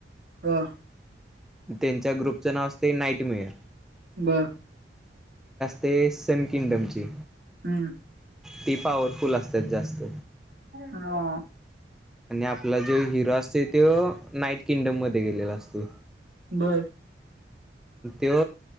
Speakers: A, on the right; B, in the centre.
A: हा
B: त्यांच्या ग्रुपचं नाव असते नाईट मेअर
A: बरं.
B: ते सन किंगडमची
A: हम्म
B: ती पॉवरफुल असतात जास्त
A: हो.
B: नी आपला जो हिर क्रॉसय त्यो नाईट किंगडम मध्ये गेलेला असते,
A: बर
B: त्यो